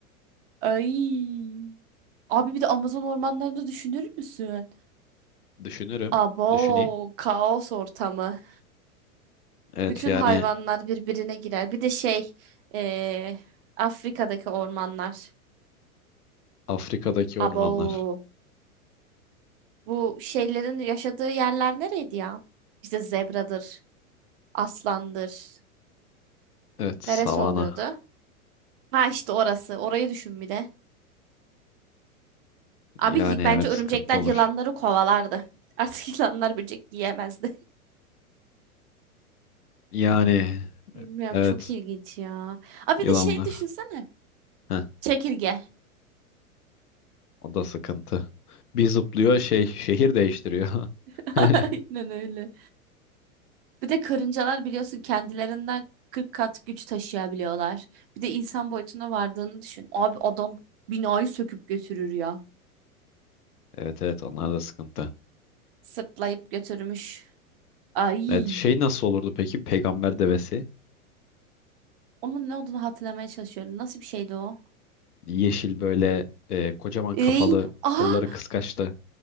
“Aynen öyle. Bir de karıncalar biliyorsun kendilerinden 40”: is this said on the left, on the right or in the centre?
Right